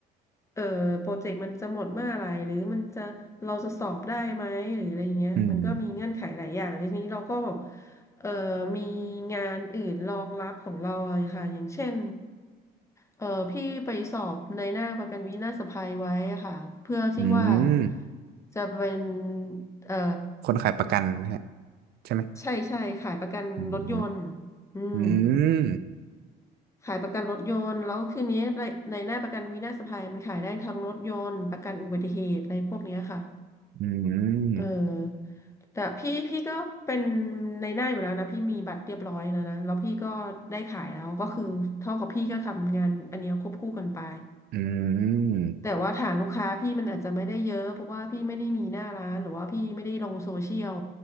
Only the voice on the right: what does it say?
อืมอืม
อืม
คนขายประกันไหมฮะ ใช่ไหม
อืม
อืม
อืม
อืม